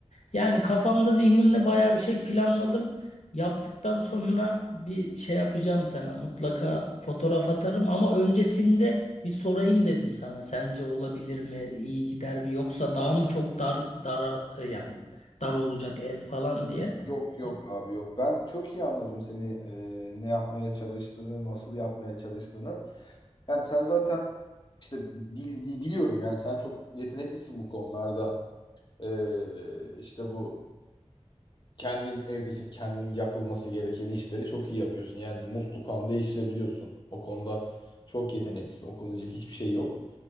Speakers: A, on the left; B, on the left.
A: Yani kafamda zihnimde baya bir şey planladım. Yaptıktan sonra bir şey yapacağım sana. Mutlaka fotoğraf atarım ama öncesinde bir sorayım dedim sana. Sence olabilir mi? İyi gider mi? Yoksa daha mı çok dar dar yani dar olacak ev falan diye.
B: Yok yok
A: E,
B: abi yok. Ben çok iyi anladım seni e, ne yapmaya çalıştığını, nasıl yapmaya çalıştığını. Yani sen zaten işte bildiği biliyorum yani sen çok yeteneklisin bu konularda. Ee, işte bu kendin evde işte kendin yapılması gereken işleri çok iyi yapıyorsun. Yani mesela musluk falan değiştirebiliyorsun. O konuda çok yeteneklisin. O konuda diyecek hiçbir şey yok.